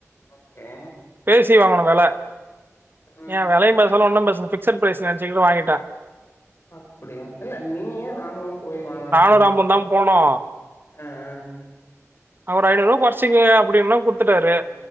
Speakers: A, on the left; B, on the right.
A: ஓகே
B: பேசி வாங்கணு வெல
A: ம்
B: எ வெலையு பேசல ஒன்னு பேசல ஃபிக்சட் பிரைஸ்னு நெனச்சிக்டு வாங்கிட்
A: அப்டியா இல்ல நீ எ வாங்குனுன் போய் வாங்
B: நானு ராமுதா போனோ
A: அ அ
B: அ ஒரு ஐநூறுவா கொறச்சிக்கங்க அப்டின்ன குடுத்துட்டாரு
A: ஆ